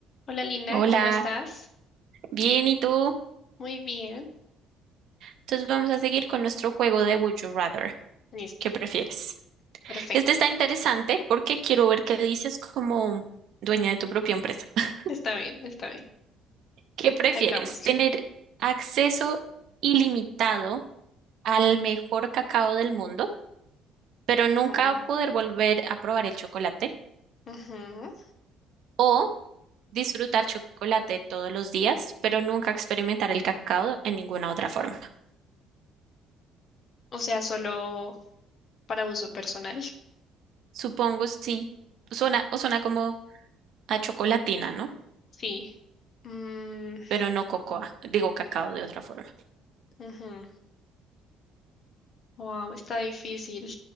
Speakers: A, on the left (about 30°); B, on the right (about 50°).
A: Hola Lina,
B: Hola,
A: ¿cómo estás?
B: bien, ¿y tú?
A: Muy bien.
B: Entonces vamos a seguir con nuestro juego de Would You Rather.
A: Listo.
B: ¿Qué prefieres?
A: Perfecto.
B: Este está interesante porque quiero ver qué dices como dueña de tu propia empresa. <laughs>
A: Está bien, está bien.
B: ¿Qué prefieres?
A: Hagámosle.
B: ¿Tener acceso ilimitado al mejor cacao del mundo, pero
A: Ujú,
B: nunca poder volver a probar el chocolate?
A: ujú.
B: ¿O disfrutar chocolate todos los días, pero nunca experimentar el cacao en ninguna otra forma?
A: O sea, solo para uso personal.
B: Supongo sí. Suena, o suena como a chocolatina, ¿no?
A: Sí. Mm,
B: pero no cocoa, digo cacao de otra forma.
A: ujú. Wow, está difícil.